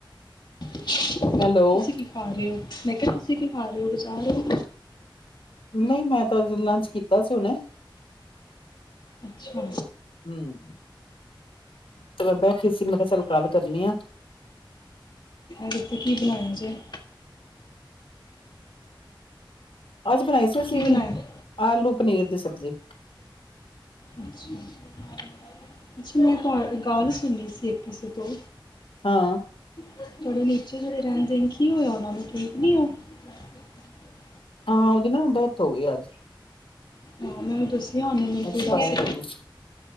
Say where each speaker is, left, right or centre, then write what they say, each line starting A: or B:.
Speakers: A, on the left (about 60°); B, on the left (about 85°).
A: ਤੁਸੀਂ
B: ਹੈਲੋ
A: ਕੀ ਪਾ ਰਹੇ ਹੋ ਕਿ ਤੁਸੀਂ ਕੀ ਖਾ ਰਹੇ ਹੋ ਬਜ਼ਾਰ ਹੋ
B: ਨਹੀਂ ਮੈਂ ਤਾਂ ਲੰਚ ਕੀਤਾ <unintelligible>
A: ਅੱਛਾ
B: ਹੂੰ ਤੇ ਮੈਂ ਬੈਠ ਸੀ ਮ ਫਸਲ ਕਾਲ ਕਰਨੀ ਆ
A: ਕਿਤੇ ਕੀ ਬਣਾਇਆ ਜੇ <inaudible>
B: ਅੱਜ ਬਣਾਈ ਸੀਸੀਂ
A: ਕੀ ਬਣਾਇਆ
B: ਆਲੂ ਪਨੀਰ ਦੀ ਸਬਜ਼ੀ
A: ਅੱਛਾ ਅੱਛਾ ਕੁਛ ਨੀ ਆਲਸ ਨਈ ਸੀ ਇੱਕੀ ਸੌ ਤੋਂ
B: ਹਾਂ
A: <unintelligible> ਜਿਹੜੇ ਰਹਿੰਦੇ ਨੇ ਕੀ ਹੋਇਆ ਉਹਨਾ ਨੂੰ ਠੀਕ ਨੀ ਉਹ <inaudible>
B: ਹਾਂ ਉਹਦੀ ਨਾ ਡੈਥ ਹੋ ਗਈ ਅੱਜ
A: ਹਾਂ ਮੈਂਨੂੰ ਦੱਸ ਮੈਨੂੰ
B: ਐਕਸਪਾਇਰ
A: ਤੇ ਦੱਸ
B: ਹੋ ਗਈ